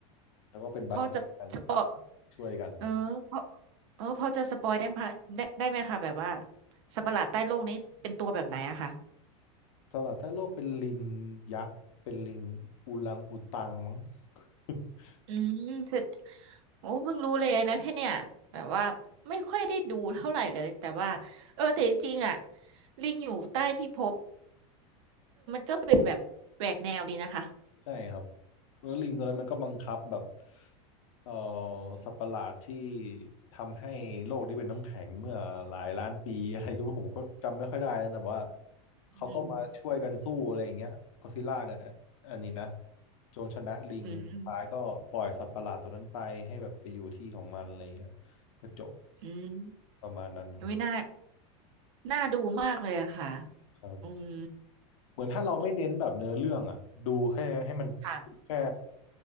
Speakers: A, on the left; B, on the right.
A: แล้วก็เป็นบัดดี้กัน
B: พ่อจะสปอย
A: <laughs> ช่วยกัน
B: เออพอเออพอจะสปอยได้ไหมได้ได้ไหมคะแบบว่าสัตว์ประหลาดใต้โลกนี้เป็นตัวแบบไหนอะค่ะ
A: สำหรับถ้าโลกเป็นลิงยักษ์เป็นลิงอูรังอูตังมั้ง <laughs>
B: อืมสุดโอ้เพิ่งรู้เลยนะแค่เนี่ยแบบว่าไม่ค่อยได้ดูเท่าไหร่เลยแต่ว่าเออแต่จริงๆอ่ะลิงอยู่ใต้พิภพก็เป็นแบบแหวกแนวดีนะคะ
A: ใช่ครับแล้วลิงตัวนั้นมันก็บังคับแบบเอ่อสัตว์ประหลาดที่ทำให้โลกนี้เป็นน้ำแข็งเมื่อหลายล้านปี <laughs> อะไรก็ผมก็จำไม่ค่อยได้นะแต่ว่าเขาก็มาช่วยกันสู้อะไรอย่างเงี้ยก็ซิลล่ากับ
B: อืม
A: อันนี้นะจงชนะลิงสุดท้ายก็ปล่อยสัตว์ประหลาดตัวนั้นไปให้แบบไปอยู่ที่ของมันอะไรอย่างเงี้ย
B: อืม
A: ก็จบ
B: อืม
A: ประมาณนั้น
B: ไม่น่าน่าดูมากเลยอะค่ะ
A: ครับ
B: อืม
A: เหมือนถ้าเราไม่เน้นแบบเนื้อเรื่องอะดูแค่ให้มัน
B: ค่ะ
A: แค่